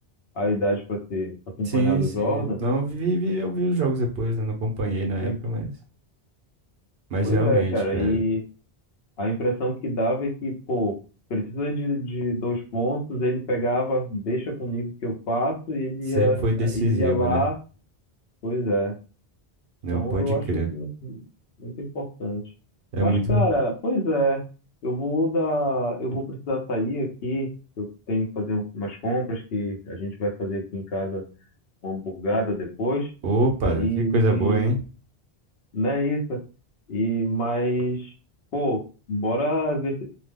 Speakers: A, on the left (about 70°); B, on the right (about 70°).
A: a idade para ter acompanhado
B: Sim, sim.
A: o Jordan.
B: Não, vi, vi- eu vi os jogos depois, né? Não acompanhei na época,
A: Sim,
B: mas. Mas
A: pois
B: realmente,
A: é, cara.
B: cara,
A: E A impressão que dava é que, pô, precisa de, de dois pontos, ele pegava, deixa comigo que eu faço, e ele
B: sempre
A: ia,
B: foi decisivo,
A: aí ele ia lá,
B: né?
A: pois é.
B: Não
A: Então
B: pode
A: eu acho
B: crer.
A: isso muito, muito importante.
B: É
A: Mas,
B: muito.
A: cara, pois é, eu vou dar, eu vou precisar sair aqui, eu tenho que fazer um- umas compras que a gente vai fazer aqui em casa uma hamburgada depois,
B: Opa,
A: e
B: que coisa boa, hein?
A: não é isso. E, mas, pô, bora ver se